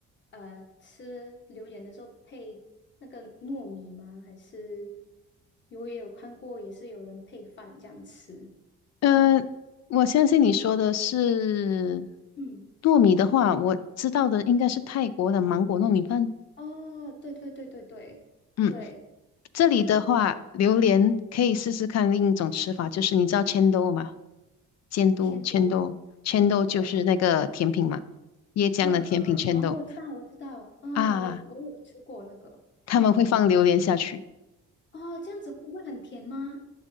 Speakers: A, on the left; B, on the left.
A: 呃，吃榴莲的时候配那个糯米吗？还是我也有看过，也是有人配饭这样吃。
B: 嗯、我相信你说的是
A: 嗯，
B: 糯米的话，我知道的应该是泰国的芒果糯米饭，
A: 哦，对对对对对对，
B: 嗯。这里的话，
A: 因为我
B: 榴莲可以试试看另一种吃法，就是你知道千豆吗？监督千豆，
A: 千多嘛，
B: 千豆就是那个甜品嘛，
A: 千嗯
B: 椰浆的甜品千豆
A: 嗯嗯嗯嗯，哦，我知道我知道，嗯，
B: 啊，
A: 我有我有吃过那个，
B: 他们会放榴莲下去，
A: 嗯嗯嗯，哦，这样子不会很甜吗？